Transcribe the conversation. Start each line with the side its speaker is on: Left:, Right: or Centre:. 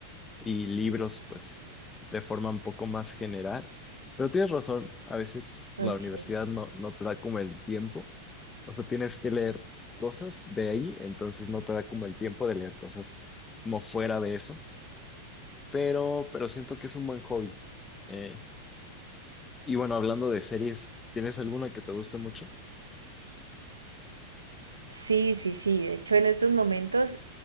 Left: y libros, pues, de forma un poco más general. Pero tienes razón, a veces la
Right: Okay.
Left: universidad no, no te da como el tiempo, o sea, tienes que leer cosas de ahí, entonces no te da como el tiempo de leer cosas como fuera de eso, pero, pero siento que es un buen hobby. Eh, y bueno, hablando de series, ¿tienes alguna que te guste mucho?
Right: Sí, sí, sí. De hecho, en estos momentos